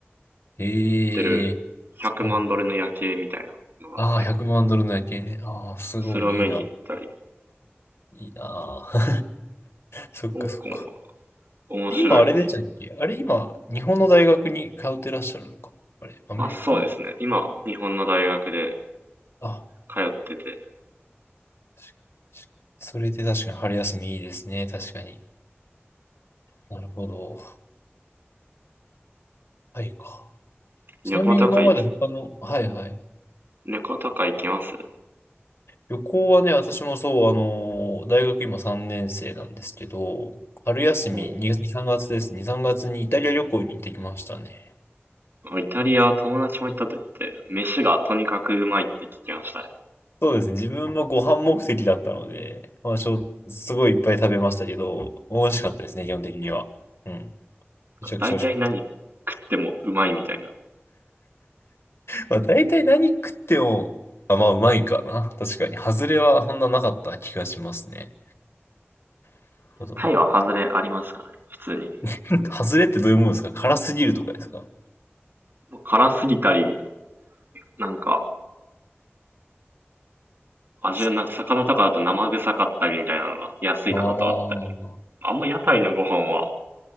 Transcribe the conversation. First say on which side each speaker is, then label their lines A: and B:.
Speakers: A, on the left; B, on the right.
A: ええそうなん
B: てる100万ドルの夜景みたいなのがあって、
A: ああ、100万ドルの夜景ね。ああ、すごいいいな。
B: それを見に行ったり、
A: いいなあ。<laughs> そっかそっか。
B: 香港は面白いですね。
A: 今あれでしたっけあれ今、日本の大学に通ってらっしゃるのかあれ、アメリカ
B: あ、そうですね。今、日本の大学で
A: あ、
B: 通ってて、
A: 確かにそれで確かに春休みいいですね。確かに。なるほど。はいか。ちなみに今まで他の、
B: 旅行とか行き、
A: はいはい。
B: 旅行とか行きます
A: 旅行はね、私もそう、あのー、大学今3年生なんですけど、春休み2、
B: うん。
A: 2 3月です。2、3月にイタリア旅行に行ってきましたね。
B: あイタリア、友達も行ったって言って、飯がとにかくうまいって聞きましたね。
A: そうですね。自分もご飯目的だったので、まあ、しょ、すごいいっぱい食べましたけど、美味しかったですね、基本的には。うん。めちゃくちゃ美味しかった。
B: だいたい何食ってもうまいみたいな。
A: まあ、大体何食っても、あ、まあ、うまいかな。確かに。外れはそんななかった気がしますね。なるほどな。
B: タイは外れありますからね、普通に。
A: <laughs> 外れってどういうものですか辛すぎるとかですか
B: もう辛すぎたり、なんか、味がなんか魚とかだと生臭かったりみたいなのが安いのだとあったり。
A: さあー
B: あんま屋台のご飯は